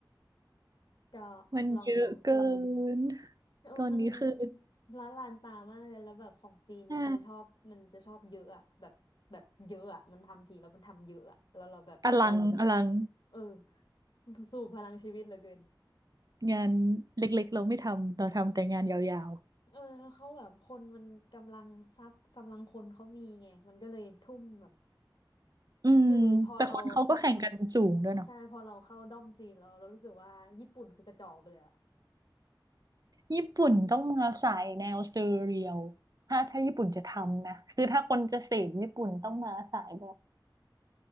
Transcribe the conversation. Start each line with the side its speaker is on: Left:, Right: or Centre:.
Left: <laughs> ก็
Right: มันเยอะเกิ
Left: ลองดู
Right: น
Left: เออมัน
Right: ตอนนี้คือ
Left: ละลานตามากเลย แล้วแบบของจีนมันจะชอบมันจะชอบเยอะอะแบบแบบเยอะอะมันทำทีแล้วมันทำเยอะอะแล้วเราแบบ
Right: ใช่อลังอลัง
Left: เออสู่พลังชีวิตเหลือเกิน
Right: งานเล็กๆเราไม่ทำเราทำแต่งานยาว
Left: เออเขาแบบคนมันกำลังทรัพย์กำลังคนเขามีไง มันก็เลยทุ่มแบบ
Right: ๆอืมแต่คนเขาก็แข่งกันสูงด้วยเนาะ
Left: คือพอเราใช่พอเราเข้าด้อมจีนเราเรารู้สึกว่าญี่ปุ่นคือกระจอกไปเลยอะ
Right: ญี่ปุ่นต้องมาสายแนวเซเรียลถ้าถ้าญี่ปุ่นจะทำนะคือถ้าคนจะเสพญี่ปุ่นต้องมาสายแบบ